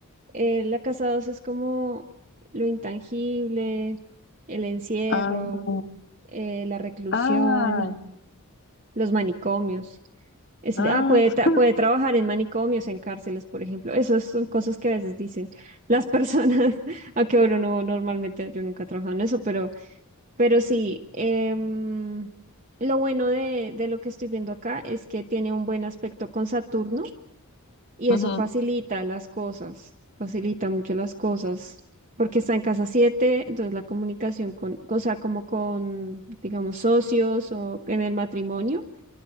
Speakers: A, on the right; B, on the left.
A: eh, la casa 12 es como lo intangible, el encierro,
B: Ah,
A: eh, la reclusión,
B: ah,
A: los manicomios. Es-
B: ah.
A: de, ah, puede, tra- puede trabajar en manicomios, en cárceles, por ejemplo. Esas son cosas que a veces dicen las personas, <laughs> aunque bueno, no, normalmente yo nunca he trabajado en eso, pero, pero sí, em, lo bueno de, de lo que estoy viendo acá es que tiene un buen aspecto con Saturno y
B: Ujú,
A: eso facilita las cosas, facilita mucho las cosas, porque está en casa siete entonces la comunicación con, o sea, como con, digamos, socios o en el matrimonio